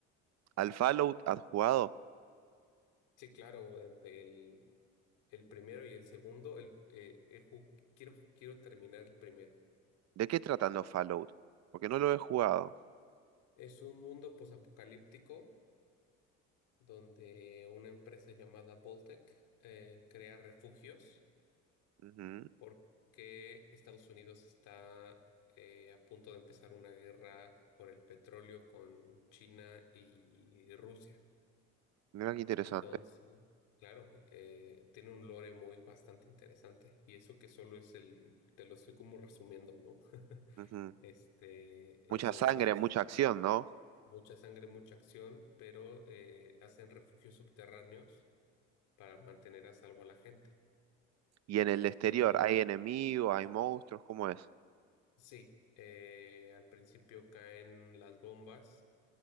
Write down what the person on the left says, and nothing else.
Sí, claro, eh, del, el primero y el segundo, el, eh, el ju- quiero, quiero terminar el primero.
Es un mundo posapocalíptico donde una empresa llamada Voltec eh, crea refugios
porque Estados Unidos está eh, a punto de empezar una guerra por el petróleo con China y Rusia.
Entonces, claro, eh, tiene un lore muy bastante interesante y eso que solo es el, te lo estoy como resumiendo, ¿no? <laughs>
Este,
entonces,
mucha sangre, mucha acción, pero eh, hacen refugios subterráneos para mantener a salvo a la gente.
Y entonces,
sí, eh, al principio caen las bombas